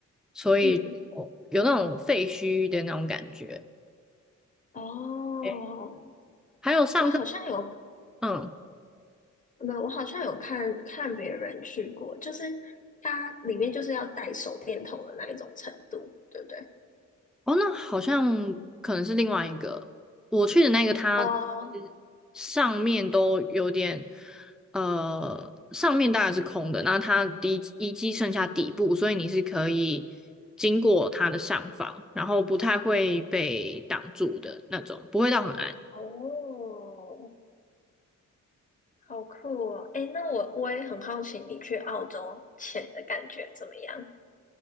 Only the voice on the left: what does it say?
嗯，
哦，
我好像有
没有我好像有看看别人去过，就是它里面就是要带手电筒的那一种程度，对不对？
哦，
哦，好酷哦！诶，那我我也很好奇，你去澳洲潜的感觉怎么样？